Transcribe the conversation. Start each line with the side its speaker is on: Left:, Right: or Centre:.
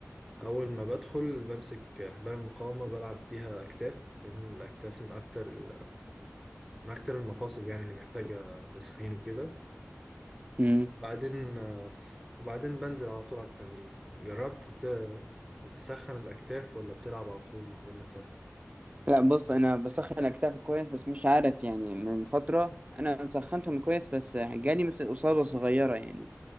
Centre: أول ما بدخل بمسك حبال المقاومة بلعب بيها أكتاف لأن الأكتاف من أكتر ال... من أكتر المفاصل يعني اللي محتاجة تسخين وكده
Right: امم
Centre: بعدين آه، وبعدين بنزل على طول على التمرين جربت ت... تسخن الأكتاف ولا بتلعب على طول من غير ما تسخن؟
Right: لا بص انا بسخن كتافي كويس بس مش عارف يعني من فترة انا سخنتهم كويس بس جالي مثل اصابة صغيرة يعني